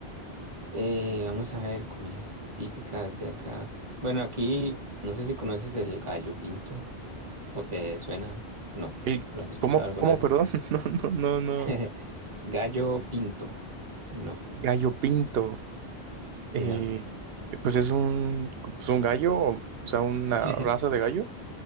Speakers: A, on the right (about 30°); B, on the right (about 70°).
A: Eh, vamos a ver comidas típicas de acá. Bueno, aquí no sé si conoces el gallo pinto o te suena. No,
B: El,
A: ¿lo has escuchado
B: ¿cómo,
A: alguna
B: cómo,
A: vez?
B: perdón? <laughs> No, no, no,
A: <laughs>
B: no.
A: Gallo pinto. No,
B: Gallo pinto. Eh,
A: sí, no.
B: pues es un, pues un gallo, o sea, una
A: <laughs>
B: raza de gallo.